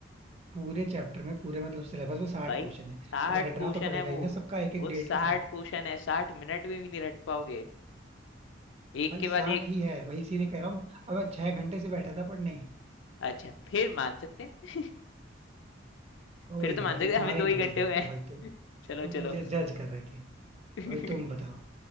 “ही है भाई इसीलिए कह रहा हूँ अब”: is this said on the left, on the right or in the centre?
Right